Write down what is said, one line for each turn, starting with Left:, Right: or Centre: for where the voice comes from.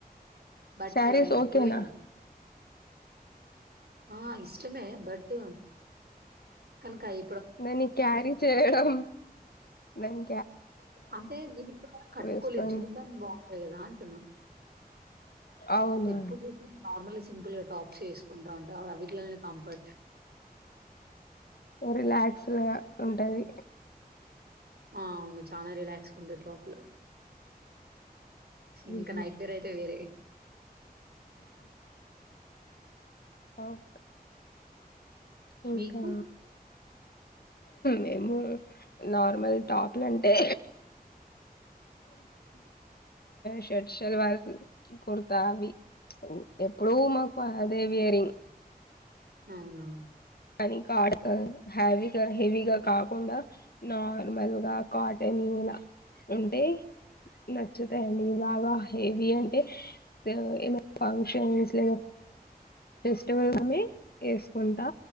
Right: బట్
Left: సారీస్
Right: ఇప్పుడే
Left: ఓకేనా?
Right: ఆ ఇష్టమే బట్ కనక ఐ
Left: దాన్ని క్యారీ చేయడం దాని
Right: అంటే నేను ఇప్పుడివరకు కట్టుకోలేదు.
Left: వేసుకొని
Right: చూడ్డానికి బాగుంటాయి కదా అంటున్నా
Left: అవునా!
Right: ఎప్పుడు నార్మల్ సింపుల్ గా టాప్స్ ఎసుకుంటా ఉంటా అవ్విట్లలే కంఫర్ట్
Left: రిలాక్స్ డ్గా ఉంటది.
Right: ఆ అవును చాలా రిలాక్స్ ఉంటది టాప్ లో ఇంకా
Left: హుహు.
Right: నైట్ బేర్ అయితే వేరే
Left: ఆట్ ఇంకా
Right: మీకు
Left: మేము నార్మల్ టాప్లుంటే షర్ట్ శల్వార్ కుర్త్ కుర్తావి ఎప్పుడు మాకు అదేవియరింగ్?
Right: అవునా
Left: కానీ కాట్ ఆ హ్యావీగా హెవీగా కాకుండా నార్మల్ గా కాటన్ ఇలా ఉంటే నచ్చుతాయండి బాగా హెవీ అంటే బ ఏమన్నా ఫంక్షన్స్ లేదా ఫస్టివలోనే ఏసుకుంటా